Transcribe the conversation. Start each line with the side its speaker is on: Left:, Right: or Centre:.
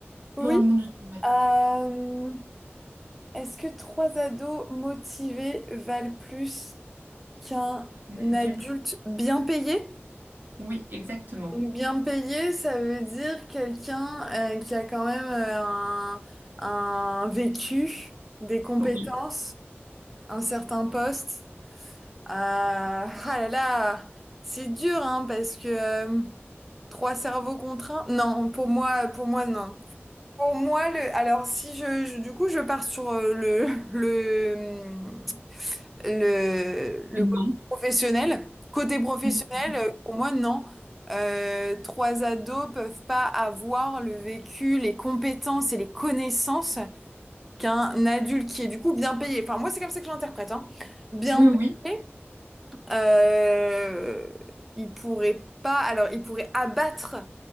Centre: Oui.
Right: Dans le monde du travail.
Centre: Euh, est-ce que trois ados motivés valent plus qu'un
Right: Un adulte,
Centre: adulte bien payé?
Right: oui, exactement.
Centre: Bien payé, ça veut dire quelqu'un euh, qui a quand même euh, un, un vécu, des compétences,
Right: Oui
Centre: un certain poste. Euh, ah là là, c'est dur hein, parce que euh, trois cerveaux contraints. Non, pour moi, pour moi non. Pour moi, le, alors si je, je- du coup je pars sur euh, le, le, le, le
Right: et non.
Centre: côté professionnel, côté professionnel,
Right: Mhm.
Centre: euh, pour moi non. Euh, trois ados peuvent pas avoir le vécu, les compétences et les connaissances qu'un adulte qui est du coup bien payé. Enfin moi c'est comme ça que je l'interprète, hein. Bien
Right: Oui, oui.
Centre: payé, euh, il pourrait pas, alors il pourrait abattre